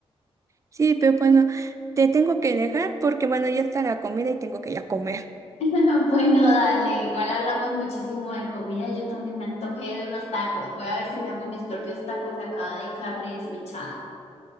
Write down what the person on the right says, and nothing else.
Sí, pero bueno, te tengo que dejar porque bueno, ya está la comida y tengo que ir a comer.